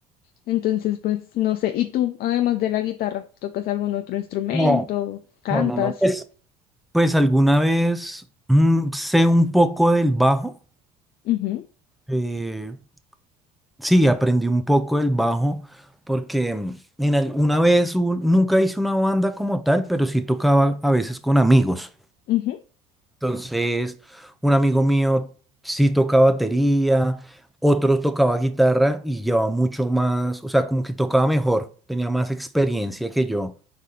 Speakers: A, on the left (about 55°); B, in the centre.
A: entonces pues no sé. ¿Y tú, además de la guitarra, tocas algún otro instrumento?
B: No,
A: ¿Cantas?
B: no, no, no. Pues, pues alguna vez mm, sé un poco del bajo.
A: Ujú,
B: eh, Sí, aprendí un poco del bajo porque mm, en al- una vez hubo- nunca hice una banda como tal, pero sí tocaba a veces con amigos.
A: ujú,
B: Entonces, un amigo mío sí tocaba batería, otro tocaba guitarra y llevaba mucho más, o sea, como que tocaba mejor, tenía más experiencia que yo